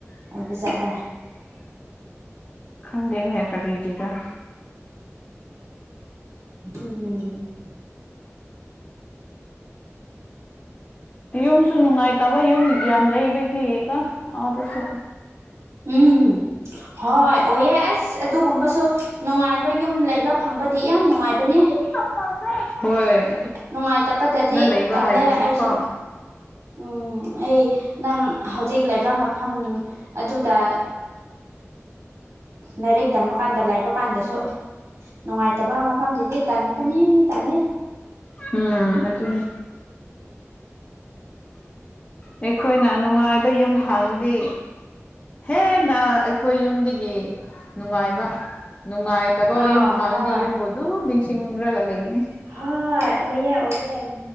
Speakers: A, on the right; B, on the left.
A: ꯑꯣꯕꯤꯖꯠ꯭ꯔ
B: ꯈꯪꯗꯦꯅꯦ ꯐꯔꯤꯒꯤꯒ
A: ꯎꯝ
B: ꯌꯨꯝꯁꯨ ꯅꯨꯡꯉꯥꯏꯇꯕ ꯌꯨꯝ ꯌꯥꯝ ꯂꯩꯕꯒꯤꯀꯣ ꯑꯥꯗꯁꯨ
A: ꯎꯝ ꯍꯣꯏ ꯑꯣꯏꯌꯦ ꯑꯁ ꯑꯗꯨꯒꯨꯝꯕꯁꯨ ꯅꯨꯡꯉꯥꯏꯕ ꯌꯨꯝ ꯂꯩꯕ ꯐꯪꯕꯗꯤ ꯌꯥꯝ ꯅꯨꯡꯉꯥꯏꯕꯅꯦ
B: ꯆꯄ ꯍꯣꯏ
A: ꯅꯨꯡꯉꯥꯏꯇꯕꯗꯗꯤ
B: ꯂꯩꯕ
A: ꯇꯜꯂꯦ
B: ꯍꯥꯏꯕꯁꯦꯀꯣ
A: ꯑꯩꯁꯨ ꯎꯝ ꯑꯩ ꯅꯪ ꯍꯧꯖꯤꯛ ꯂꯩꯕ ꯃꯐꯝ ꯑꯗꯨꯗ ꯂꯥꯏꯔꯤꯛ ꯇꯝꯃꯀꯥꯟꯗ ꯂꯥꯏꯕ ꯀꯥꯟꯗꯁꯨ ꯅꯨꯡꯉꯥꯏꯇꯕ ꯃꯐꯝꯗꯨꯗꯤ ꯇꯟꯕꯅꯤ ꯇꯜꯂꯦ
B: ꯎꯝ ꯑꯗꯨ ꯑꯩꯈꯣꯏꯅ ꯅꯨꯡꯉꯥꯏꯕ ꯌꯨꯝ ꯐꯪꯗꯗꯤ ꯍꯦꯟꯅ ꯑꯩꯈꯣꯏ ꯌꯨꯝꯗꯒꯤ ꯅꯨꯡꯉꯥꯏꯕ ꯅꯨꯡꯉꯥꯏꯇꯕ
A: ꯑꯥ
B: ꯌꯨꯝ ꯐꯪꯉꯗꯤ
A: ꯍꯣꯏ
B: ꯌꯨꯝꯕꯨ ꯑꯗꯨꯝ ꯅꯤꯡꯁꯤꯡꯈ꯭ꯔꯒ ꯂꯩꯕ
A: ꯍꯣꯏ ꯑꯣꯏꯌꯦꯦ ꯑꯣꯏꯌꯦꯦ ꯎꯝ